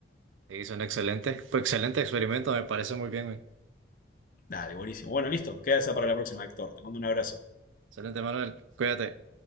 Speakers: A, on the right; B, on the left.
A: Sí, suena excelente. Fue excelente experimento, me parece muy bien, güey.
B: Dale, buenísimo. Bueno, listo, queda esa para la próxima, Héctor. Te mando un abrazo.
A: Excelente, Manuel. Cuídate.